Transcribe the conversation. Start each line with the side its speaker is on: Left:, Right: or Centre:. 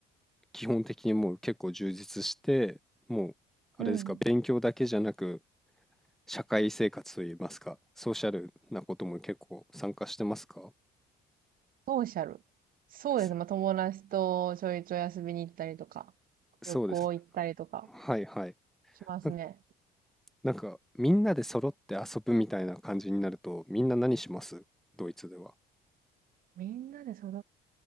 Centre: 基本的にもう結構充実して、もうあれですか、
Right: うん。
Centre: 勉強だけじゃなく社会生活といいますか、ソーシャルなことも結構参加してますか
Right: ソーシャル。そうですね。
Centre: そ
Right: まあ、友達とちょいちょい遊びに行ったりとか、
Centre: そうです。
Right: 旅行行ったりとか
Centre: はいはい。
Right: しますね。
Centre: な、なんかみんなで揃って遊ぶみたいな感じになると、みんな何しますドイツでは。
Right: みんなで育っ